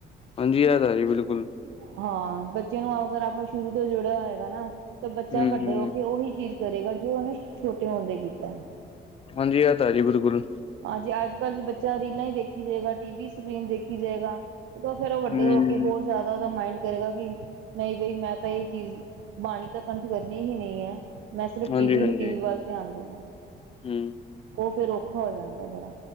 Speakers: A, on the left; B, on the right.
A: ਹਾਂਜੀ ਇਹ ਤਾਂ ਹੈ ਜੀ ਬਿਲਕੁਲ
B: ਹਾਂ ਬੱਚੇ ਨੂੰ ਅਗਰ ਆਪਾਂ ਸ਼ੁਰੂ ਤੋਂ ਜੋੜਿਆ ਹੋਏਗਾ ਨਾ ਤਾਂ ਬੱਚਾ
A: ਹੂੰ
B: ਵੱਡੇ
A: ਹੂੰ
B: ਹੋ ਕੇ ਉਹੀ ਚੀਜ਼ ਕਰੇਗਾ ਜੋ ਉਹਨੂੰ ਛੋਟੇ ਹੁੰਦੇ ਕੀਤਾ।
A: ਹਾਂਜੀ, ਐ ਤਾ ਜੀ ਬਿਲਕੁਲ।
B: ਹਾਂਜੀੇ ਅੱਜ ਕੱਲ੍ਹ ਬੱਚਾ ਰੀਲਾਂ ਹੀ ਦੇਖੀ ਜਾਏਗਾ ਟੀ ਵੀ ਸਕਰੀਨ ਦੇਖੀ ਜਾਏਗਾ। ਓਦੋ ਫੇਰ ਉਹ ਵੱਡੇ
A: ਹੂੰ
B: ਹੋ ਕੇ ਹੋਰ ਜ਼ਿਆਦਾ ਉਹਦਾ ਮਾਇੰਡ ਕਰੇਗਾ ਕੀ, ਨਹੀਂ ਬਈ ਮੈਂ ਤਾਂ ਇਹ ਚੀਜ਼ ਬਾਣੀ ਤਾਂ ਕੰਠ ਕਰਨੀ ਹੀ ਨਹੀਂ ਹੈ, ਮੈਂ ਸਿਰਫ
A: ਹਾਂਜੀ
B: ਟੀ ਵੀ
A: ਹਾਂਜੀ
B: ਹੀ, ਟੀ ਵੀ ਵੱਲ ਧਿਆਨ ਦੇਣਾ।
A: ਹੂੰ।
B: ਉਹ ਫੇਰ ਔਖਾ ਹੋ ਜਾਂਦਾ ਬੜਾ।